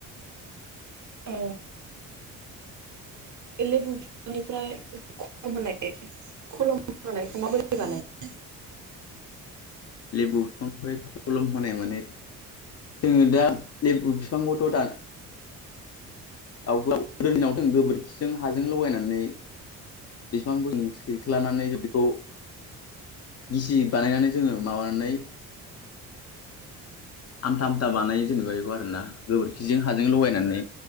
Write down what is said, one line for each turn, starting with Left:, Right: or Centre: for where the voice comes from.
Right: ओ लेबुनिफ्राय होनाय ख होनायखौमाबोरै बानाय
Left: लेबु बिफांनिफ्राय खलम होनानाय माने जोङो दा लेबु बिफांखौथ' दान गाव गाव गोरिनाव दों गोबोरखिजों हाजों लगायनानै बिफांबो सैख्लानानै बेखौ निसि बानायनानै जोङो माबानै आमथा आमथा बानायो जेनेबा बेखौ आरोना गोबोरखिजों हाजों लगायनानै